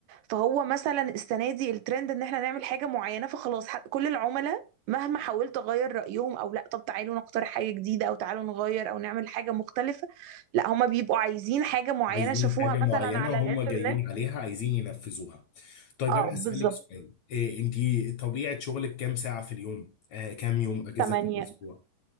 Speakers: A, on the right; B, on the left.
A: فهو مثلا السنة دي الترند إن إحنا نعمل حاجة معينة فخلاص ح- كل العملاء مهما حاولت أغير رأيهم أو لأ طب تعالوا نقترح حاجة جديدة أو تعالوا نغير أو نعمل حاجة مختلفة لأ هما بيبقوا عايزين حاجة معينة
B: عايزين
A: شافوها
B: حاجة معينة
A: مثلا على
B: وهم
A: الإنترنت
B: جايين عليها عايزين ينفذوها طيب
A: اه
B: أنا
A: بالظبط
B: هسألك سؤال إيه أنتي طبيعة شغلك كام ساعة في اليوم؟ آه كام يوم أجازة
A: تمانية
B: في الأسبوع؟